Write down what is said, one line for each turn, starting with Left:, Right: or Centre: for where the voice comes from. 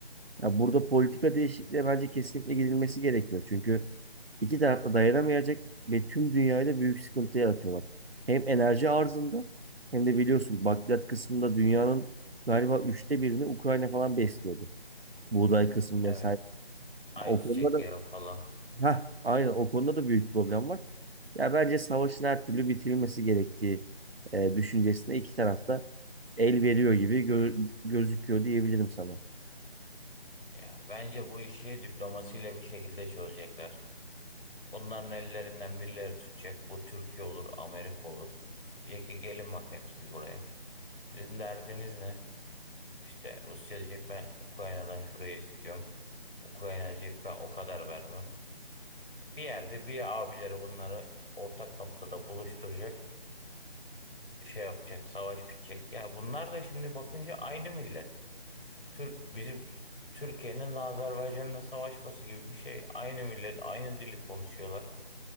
Right: Ya burada politika değişikliğe bence kesinlikle gidilmesi gerekiyor. Çünkü iki taraf da dayanamayacak ve tüm dünyayı da büyük sıkıntı yaratıyorlar. Hem enerji arzında hem de biliyorsun bakliyat kısmında dünyanın galiba üçte birini Ukrayna falan besliyordu. Buğday kısmı
Left: Evet.
Right: vesaire.
Left: Ayçiçek
Right: O konuda da
Left: yağı falan.
Right: ha aynen o konuda da büyük problem var. Ya bence savaşın her türlü bitirilmesi gerektiği e, düşüncesine iki tarafta el veriyor gibi gö- gözüküyor diyebilirim sana.
Left: Ya bence bu işi diplomasiyle bir şekilde çözecekler. Bunların ellerinden birileri tutacak. Bu Türkiye olur, Amerika olur. Diyecek ki gelin bakayım siz buraya. Sizin derdiniz ne? İşte Rusya diyecek ben Ukrayna'dan şurayı istiyorum. Ukrayna diyecek ben o kadar vermem. Bir yerde bir abileri bunları ortak noktada buluşturacak. şey yapacak, savaş bitecek. Ya bunlar da şimdi bakınca aynı millet. Tür bizim Türkiye'nin Azerbaycan'la savaşması gibi bir şey. Aynı millet, aynı dili konuşuyorlar.